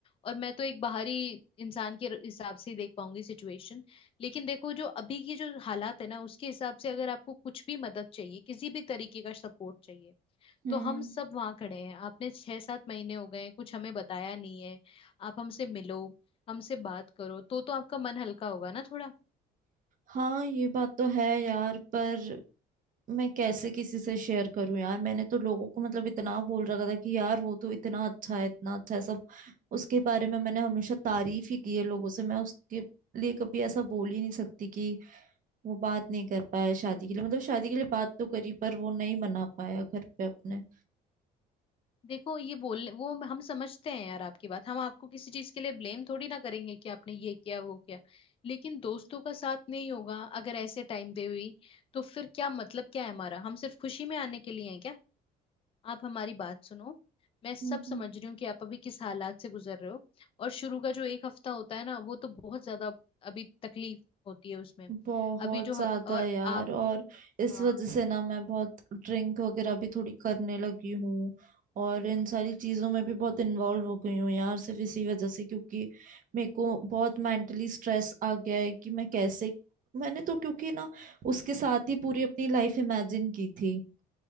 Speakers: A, on the left; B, on the right.
A: और मैं तो एक बाहरी इंसान के हिसाब से ही देख पाऊंगी सिचुएशन लेकिन देखो जो अभी की जो हालात है ना उसके हिसाब से अगर आपको कुछ भी मदद चाहिए किसी भी तरीके का सपोर्ट चाहिए
B: हम्म
A: तो हम सब वहाँ खड़े हैं आपने छह सात महीने हो गए हैं, कुछ हमें बताया नहीं है आप हमसे मिलो हमसे बात करो तो तो आपका मन हल्का होगा ना थोड़ा
B: हाँ ये बात तो है यार पर मैं कैसे किसी से शेयर करूं यार मैंने तो लोगों को मतलब इतना बोल रखा था कि यार वो तो इतना अच्छा है इतना अच्छा है सब उसके बारे में मैंने हमेशा तारीफ ही की है लोगों से मैं उसके लिए कभी ऐसा बोल ही नहीं सकती कि वो बात नहीं कर पाया शादी के लिए मतलब शादी के लिए बात तो करी पर वो नहीं मना पाया घर पे अपने
A: देखो ये बोल वो हम समझते हैं यार आपकी बात हम आपको किसी चीज के लिए ब्लेम थोड़ी ना करेंगे कि आपने ये किया वो किया लेकिन दोस्तों का साथ नहीं होगा अगर ऐसे टाइम पे हुई तो फिर क्या मतलब क्या है हमारा हम सिर्फ खुशी में आने के लिए हैं क्या आप हमारी बात सुनो मैं सब
B: हम्म
A: समझ रही हूँ कि आप अभी किस हालात से गुजर रहे हो और शुरू का जो एक हफ्ता होता है ना वो तो बहुत ज्यादा अभी तकलीफ होती है उसमें
B: बहुत
A: अभी जो
B: ज्यादा
A: और
B: यार
A: आप
B: और इस
A: हाँ
B: वजह से ना मैं बहुत ड्रिंक वगैरह भी थोड़ी करने लगी हूँ और इन सारी चीजों में भी बहुत इन्वॉल्व हो गई हूँ यार सिर्फ इसी वजह से क्योंकि मेरे को बहुत मेंटली स्ट्रेस आ गया है कि मैं कैसे मैंने तो क्योंकि ना उसके साथ ही पूरी अपनी लाइफ इमेजिन की थी